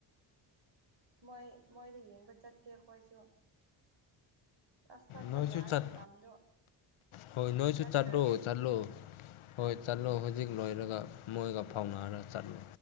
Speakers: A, on the right; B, on the left.
A: ꯃꯣꯏ ꯃꯣꯏꯗ ꯌꯦꯡꯕ ꯆꯠꯀꯦ ꯑꯩꯈꯣꯏꯁꯨ ꯑꯁ ꯇꯠꯄ
B: ꯅꯣꯏꯁꯨ
A: ꯌꯥꯔꯦ
B: ꯆꯠ
A: ꯃꯇꯝꯗꯣ
B: ꯍꯣꯏ ꯅꯣꯏꯁꯨ
A: ꯆꯠꯈ꯭ꯔꯒꯦ
B: ꯆꯠꯂꯣ ꯆꯠꯂꯣ ꯍꯣꯏ ꯆꯠꯂꯣ
A: ꯎꯝ
B: ꯍꯧꯖꯤꯛ ꯂꯣꯏꯔꯒ ꯃꯣꯏꯒ ꯐꯥꯎꯅꯔ ꯆꯠꯂꯨ